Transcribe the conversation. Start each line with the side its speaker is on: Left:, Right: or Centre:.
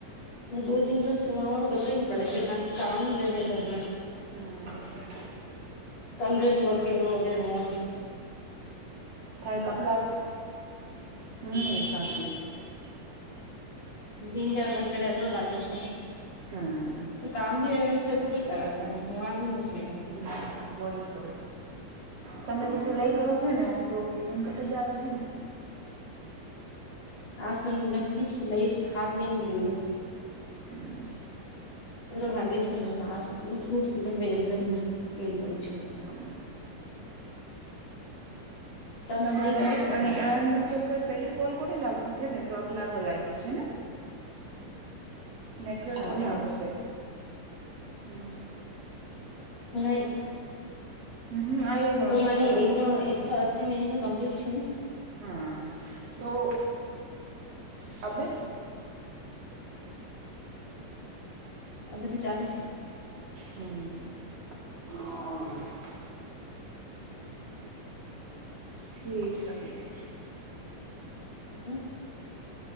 Left: હ દ દિ તો સુમાઓ પતો ન પડે છે કાર કે કામ રહેવે ઘરમે
Right: હમ્મ
Left: કમરે ન વેર હવે રવાનું
Right: થાય કપલાવ છે, હમ સાચી
Left: તીન ચાર દન કડે એથરો લાગે છે.
Right: હાય-
Left: કામડી વેવે છે, તો કઈ કરા હ આવી છે. તો
Right: હ બોઈ તો તમે તો સિલાઈ કરો છો ને તો દિનકટ જ આવે છેને?
Left: આજ તો લખી જ સ લઈ હાથ મેઈએ
Right: હમ
Left: મ લાગે છે, ને આદમું એલ પડી છું.
Right: હા
Left: તમે
Right: તમારે
Left: સિલાઈ કરો
Right: એ
Left: છો અવાર
Right: અણી આ નંબર પર પેલી કોલ કોડી લાગતું છને તો આ બ લાગવા લાગ્યું છેને? નેટવર્ક
Left: હા
Right: કોને આવતું છે. હમ
Left: ના
Right: હમ હમ આ
Left: હું મને એકનો એકસો અસ્સી મિનિટ કમ્લીટ છેને?
Right: હમ તો અભે
Left: એવે તો ચાલી છે.
Right: હમ્મ--હા ઠીક આ જી
Left: હ